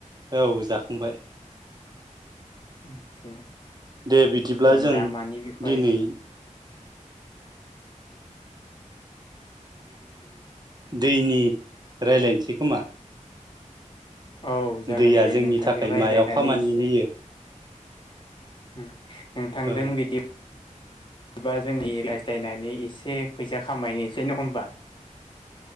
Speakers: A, on the right; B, on the left.
A: औ जाखांबाय।
B: आदसा।
A: दे बिदिब्ला जों
B: दा मानि बिखय
A: दिनै दैनि रायलायनोसै खोमा।
B: औ जागोन
A: दैया
B: दे
A: जोंनि
B: नोंथांजों
A: थाखाय
B: रायज्लायनानै
A: मायाव खामानि
B: एसे
A: होयो?
B: ओम। नोंथांजों
A: औ
B: बिदिबा जों रायज्लायनानै इसे फैसा खामायनोसै न'ङा होमबा?